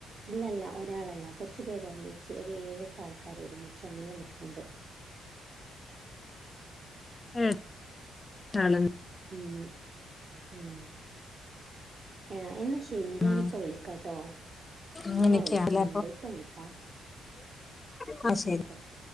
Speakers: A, on the right (about 40°); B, on the left (about 25°).
A: അല്ലല്ല, ഒരാളല്ല കുറച്ചു പേരൊരുമിച്ച് ഒരു ഏഴെട്ട് ആൾക്കാര് ഒരുമിച്ച് അങ്ങനെയാ നിൽക്കുന്നത്
B: ഉം നാളെ
A: ഉം ആഹ് ആ എന്നാ ശരി
B: ഉം
A: ഞാനിപ്പം വിളിക്കാട്ടോ
B: അങ്ങനെയൊക്കെയാണല്ലേ
A: ഉമ്മ വിളിക്കുന്നുണ്ട് ഇപ്പം വിളിക്കാം
B: ആഹ് ശരി
A: ആയിക്കോട്ടെ